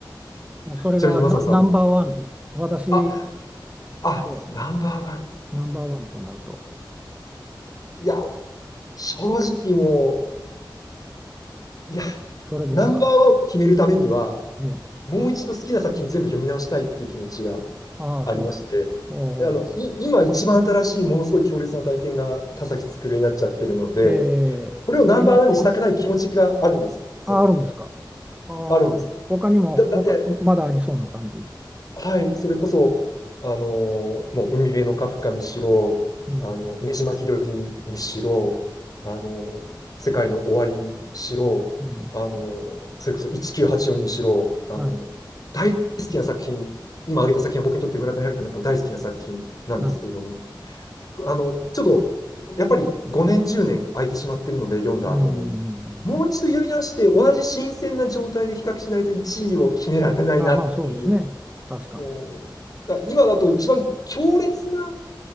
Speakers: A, on the right; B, on the left.
A: もうそれがナ、
B: ちなみにマサさんも、
A: ナンバーワン、私、
B: あ、
A: え
B: あ、
A: え、
B: ナンバーワン。
A: ナンバーワンとなると、
B: いや、正直もう、いや、
A: それですか。
B: ナンバーワンを決めるためには、
A: ええ。
B: もう一度好きな作品全部読み直したいっていう気持ちが
A: ああ、
B: ありまして、
A: そうですか。おお。
B: あの、い、今一番新しいものすごい強烈な体験が田崎つくるになっちゃってるので、
A: ええ。
B: これをナンバーワンにしたくない気持ちがあるんです。
A: まあ、今のところ、
B: その、
A: あ、あるんですか。あ
B: あるんです。
A: あ、他にも、
B: だ、だって、
A: 他、まだありそうな感じ。
B: はい、それこそ、あのーもう海辺のカフカにしろ、
A: うん。
B: あの、ねじ巻き鳥にしろ、あのー世界の終わりにしろ、
A: うん、
B: あのーそれこそ1984にしろ、あのー大好きな作品、
A: はい、
B: 今挙げた作品は僕にとって村上春樹の中の大好きな作品なんですけれども、
A: はい。
B: あの、ちょっと、やっぱり5年、10年空いてしまってるので、読んだ後に、
A: うん、うんうんうん
B: もう一度読み直して、同じ新鮮な状態で比較しないと1位を決められないなっていう。
A: あ、まあそうですね。確かに。
B: もう、だ今だと一番強烈な